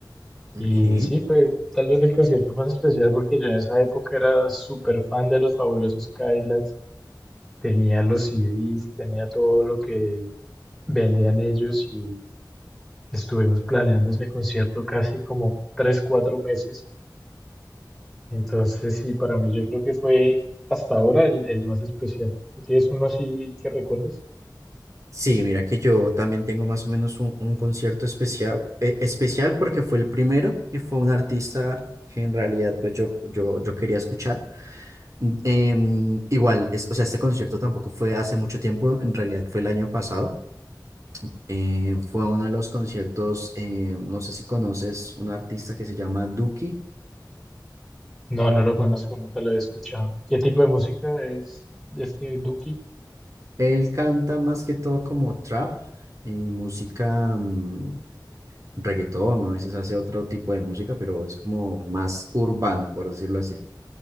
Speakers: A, in the centre; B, on the right.
A: y
B: Ok.
A: sí, fue tal vez el concierto más especial porque yo en esa época era súper fan de los Fabulosos Cadillacs, tenía los CDs, tenía todo lo que vendían ellos y estuvimos planeando ese concierto casi como 3 4 meses. Entonces, sí, para mí yo creo que fue hasta ahora el, el más especial. ¿Tú tienes uno así que recuerdes?
B: Sí, mira que yo también tengo más o menos un, un concierto especial, eh, especial porque fue el primero y fue un artista que en realidad pues yo, yo, yo quería escuchar. Em, igual, es- o sea, este concierto tampoco fue hace mucho tiempo, en realidad fue el año pasado. Eh, fue uno de los conciertos, eh, no sé si conoces un artista que se llama Duki.
A: No, no lo conozco, nunca lo había escuchado. ¿Qué tipo de música es este Duki?
B: Él canta más que todo como trap y música mm, reggaetón, ¿no? A veces hace otro tipo de música, pero es como más urbano, por decirlo así.